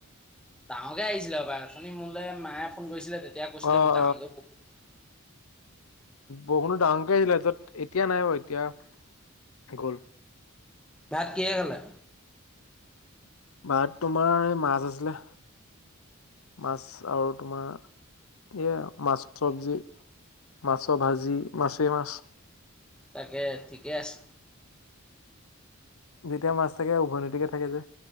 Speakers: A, in the centre; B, on the left (about 80°).
A: ডাঙৰকে আহিছিলে হবাই অথনি মোলে মায়ে ফোন কৰিছিলে তেতিয়া কৈছিলে
B: অ',
A: ডাঙৰ বহুত।
B: বহুনো ডাঙৰকে দিলে যত এতিয়া নাই আৰু এতিয়া গ'ল।
A: ভাত কিহেৰে খালা?
B: ভাত তোমাৰ এই মাছ আছিলে মাছ আৰু তোমাৰ এইয়া মাছ চব্জি। মাছ ভাজি মাছেই মাছ।
A: তাকে ঠিকে আছে।
B: যেতিয়া মাছ থাকে উভৈনদিকে থাকে যে।